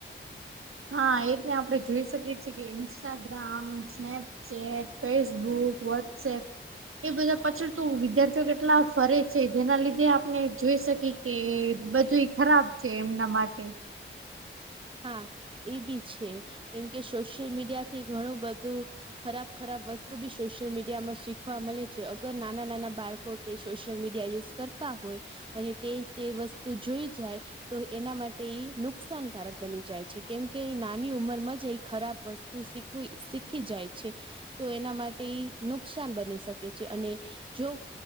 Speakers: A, on the right (about 80°); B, on the right (about 25°).
A: હા, એને આપણે જોઈ શકીએ છીએ કે, Instagram Snapchat Facebook, WhatsApp. એ બધા પછળ તો વિદ્યાર્થીઓ કેટલા ફરે છે, જેના લીધે આપણે જોઈ શકી. કે બધું એ ખરાબ છે, એમના માટે.
B: હા, એ બી છે, કેમ કે સોશિયલ મીડિયા થી ઘણું બધું ખરાબ, ખરાબ વસ્તુ બી સોશિયલ મીડિયા માં શીખવા મળે છે, અગર નાના-નાના બાળકો તે સોશિયલ મીડિયા યુઝ કરતા હોય. અને તે તે વસ્તુ જોઈ જાય, તો એના માટે એ નુકસાન. કારક બની જાય છે, કેમ કે નાની ઉંમર માં જ એ ખરાબ વસ્તુ શીખી જાય છે. તો એના માટે નુકસાન બની શકે છે, અને જો